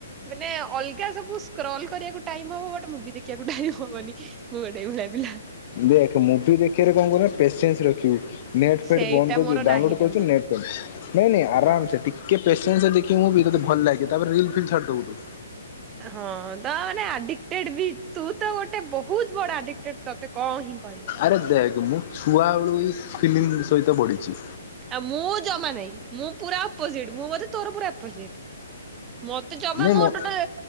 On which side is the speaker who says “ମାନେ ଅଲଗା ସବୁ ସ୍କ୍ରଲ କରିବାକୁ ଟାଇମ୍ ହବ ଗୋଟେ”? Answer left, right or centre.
Right